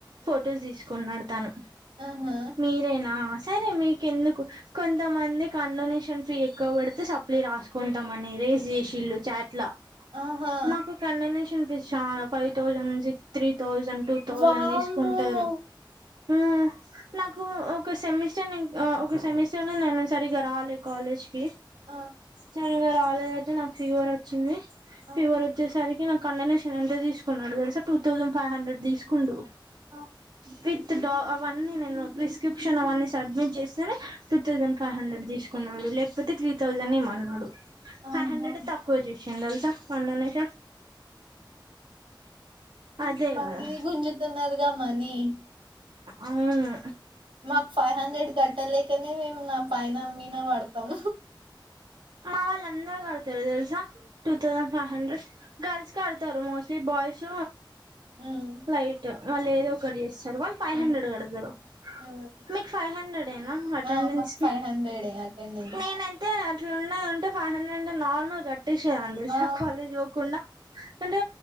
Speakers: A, on the right; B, on the right.
A: ఫొటోస్ తీసుకున్నాడు తను
B: ఆహా
A: మీరేనా సరే మీ ఎందుకు కొంతమంది కండొనేషన్ ఫీ ఎక్కువకడితే సప్లి రాసుకుంటాం అని రేస్ చేసిళ్ళు చాట్ల
B: ఆహా
A: మాకు కండోనేషన్ షాన పై thousand six three thousand two తౌ
B: వామ్మో
A: తెచ్కుంటరు ఆ నాకు ఒక సెమిస్టర్ నేను ఒక సెమిస్టర్ ని నేను సరిగా రాలే కాలేజ్ కి
B: ఆ
A: న రాలేద అయితే నాకు ఫీవర్ వచ్చింది
B: ఆ
A: ఫేవరుచే సరికి నాకు కండనేషన్ఎంత తీసుకున్నాడొ తెలుసా టూథౌసండ్ ఫైవ్ హండ్రెడ్ తీసుకు కుండు
B: ఆ
A: విత్ డా అవన్నీ నేను ప్రిస్క్రిప్షన్ అవన్నీ సబ్మిట్ చేస్తేనే టూ తౌజండ్ ఫైవ్ హండ్రెడ్ తీసు కున్నాడు లేకపోతే త్రీ థౌసండ్ ఇయమన్నాడు
B: ఆహా
A: ఫైవ్ హండ్రెడ్ తక్కువ సెందల్స <inaudible> కండనేషన్ అదే
B: మాది
A: కదా
B: గుంజతున్నా గా మనీ
A: అవును
B: మాకు ఫైవ్ హండ్రెడ్ కట్టలేకనే మేము నా పైన మీనా వాడతాం
A: మా వాళ్ళ అందరు కడతారు తెలుసా two thousand five hundred girls కడతారు మోస్ట్లీ బాయ్స్
B: ఉమ్,
A: లైట్ ఆ లేదు ఒక్కటి చేస్త ఫైవ్
B: ఉమ్,
A: హండ్రెడ్ కడతారు
B: ఉమ్.
A: మీకు ఫైవ్ హండ్రెడ్ ఎన అటెండెన్స్
B: ఆ మాకు
A: కి
B: ఫైవ్ హండ్రెడే అటెండెన్స్
A: మేము అయీతే ఇట్లు ఉన్నాయింట ఫైవ్ హండ్రెడ్ అంటే నార్మల్ కట్ ేష అ <unintelligible> తెలిస
B: ఆ
A: కాలేజ్ పోకుండా అంటే